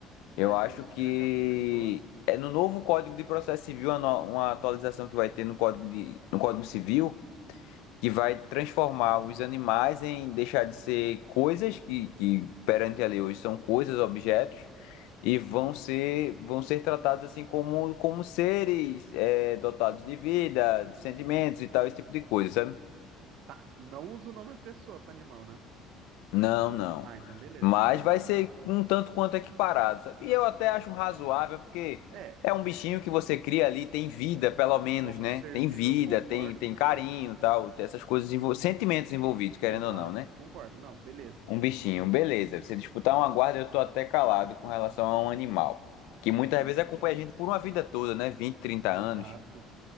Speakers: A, on the left (about 85°); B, on the right (about 65°).
A: Eu
B: Vai
A: acho
B: quando você
A: que.
B: é tratado como pessoa?
A: É no novo Código de Processo Civil, uma no- uma atualização que vai ter no Código, de... no Código Civil, que vai transformar os animais em deixar de ser coisas que, que perante a lei hoje são coisas, objetos e vão ser vão ser tratados assim como como seres é, dotados de vida, de sentimentos e tal, esse tipo de coisa, sabe?
B: Tá. Não usa o nome pessoa para animal, né?
A: Não, não.
B: Ah, então beleza.
A: Mas
B: Pelo menos
A: vai ser
B: isso.
A: um tanto quanto equiparado, sabe? E eu até acho razoável porque
B: É,
A: é um bichinho que você cria ali, tem vida, pelo menos,
B: como
A: né?
B: ser
A: Tem
B: vivo,
A: vida,
B: eu concordo,
A: tem tem
B: concordo
A: carinho,
B: plenamente.
A: tal, tem essas coisas, envol- sentimentos envolvidos, querendo
B: Exato.
A: ou não, né?
B: Concordo. Não, beleza.
A: Um bichinho,
B: Co-
A: beleza. Você disputar uma guarda, eu tô até calado com relação a um animal, que muitas vezes acompanha a gente por uma vida toda, né? vinte trinta
B: Exato.
A: anos.